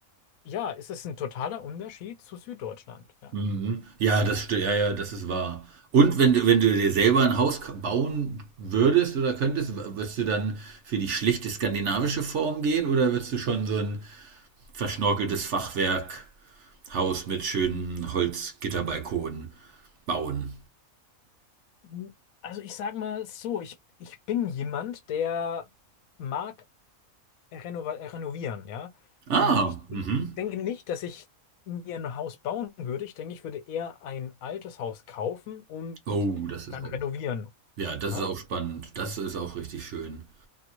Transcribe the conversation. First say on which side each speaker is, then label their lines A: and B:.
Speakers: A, on the left; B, on the right.
A: ja, es ist ein totaler Unterschied zu Süddeutschland. Ja.
B: Mhm. Ja, das sti- ja, ja, das ist wahr. Und wenn du, wenn du dir selber ein Haus k- bauen würdest oder könntest, w- würdest du dann für die schlichte skandinavische Form gehen oder würdest du schon so ein verschnorkeltes Fachwerkhaus mit schönen Holzgitterbalkonen bauen?
A: Hm, Also ich sage mal so, ich, ich bin jemand, der mag renova- renovieren, ja.
B: Ah,
A: Und ich denk-
B: mhm.
A: denke nicht, dass ich mir ein Haus bauen würde. Ich denke, ich würde eher ein altes Haus kaufen und
B: Oh, das ist
A: dann
B: auch.
A: renovieren.
B: Ja, das
A: Ne?
B: ist auch spannend. Das ist auch richtig schön.